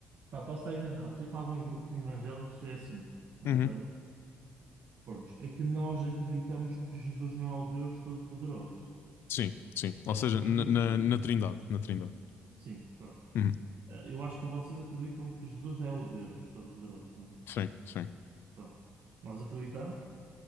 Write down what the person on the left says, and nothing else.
Uhum.
Sim, sim. Ou
seja,
na, na,
na Trindade, na Trindade.
Uhum.
Sim, sim.